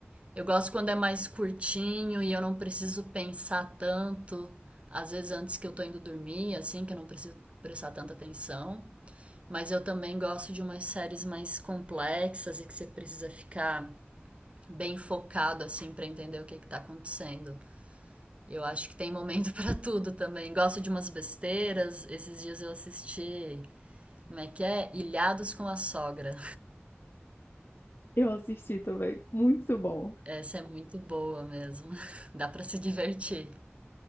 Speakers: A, on the right; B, on the left.
A: Eu gosto quando é mais curtinho e eu não preciso pensar tanto, às vezes antes que eu tô indo dormir, assim, que eu não preciso prestar tanta atenção. Mas eu também gosto de umas séries mais complexas e que você precisa ficar bem focado, assim, pra entender o que que tá acontecendo. Eu acho que tem momento <laughs> pra tudo também. Gosto de umas besteiras. Esses dias eu assisti, como é que é? Ilhados com a Sogra.
B: Eu assisti também, muito bom.
A: Essa é muito boa mesmo. <laughs> Dá pra se divertir.